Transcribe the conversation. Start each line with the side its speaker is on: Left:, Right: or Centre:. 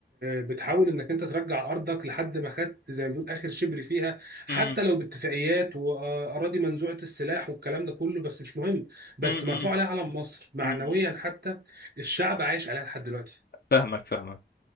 Right: بتحاول انك انت ترجع ارضك لحد ما خدت زي ما بيقول اخر شبر فيها حتى
Left: امم
Right: لو باتفاقيات واراضي منزوعه السلاح والكلام ده كله بس مش مهم بس
Left: امم
Right: مرفوع عليها علم مصر معنويا
Left: امم
Right: حتى الشعب عايش عليها لحد دلوقتي
Left: فاهمك فاهمك